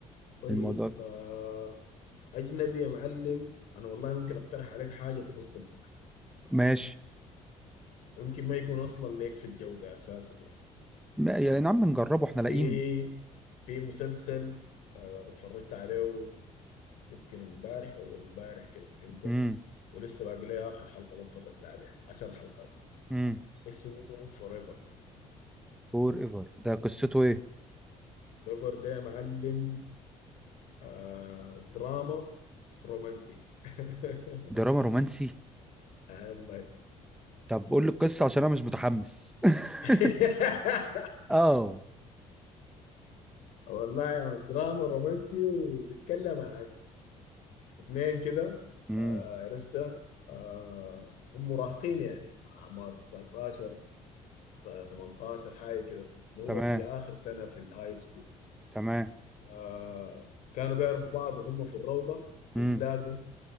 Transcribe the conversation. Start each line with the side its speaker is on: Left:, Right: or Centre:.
Left: طيب
Centre: الموضوع
Left: آه اجنبي يا معلم انا والله ممكن اقترح عليك حاجه تصدمك
Centre: ماشي
Left: ويمكن ما يكون اصلا ليك في الجو ده اساسا يعني
Centre: ما- يا نعم نجربه احنا لاقيين
Left: في في مسلسل آه، اتفرجت عليه يمكن امبارح او امبارح كده فهمت
Centre: امم
Left: ولسه باقي لي اخر حلقه ما اتفرجت عليها 10 حلقات
Centre: امم
Left: اسمه فوريفر
Centre: فور ايفر ده قصته ايه
Left: فوريفر ده يا معلم آه، دراما رومانسي <laughs>
Centre: دراما رومانسي
Left: آه، والله
Centre: طب قول لي القصه عشان انا مش متحمس
Left: <laughs>
Centre: <laughs> اه
Left: والله يا من دراما رومانسي وبيتكلم عن اتنين كده
Centre: امم
Left: آه عرفتها آه هم مراهقين يعني اعمار 19 س- 18 حاجه كده اللي
Centre: تمام
Left: هو في اخر سنه في الهاي سكول
Centre: تمام
Left: آه كانوا بيعرفوا بعض وهم في الروضه
Centre: امم
Left: وتلاقوا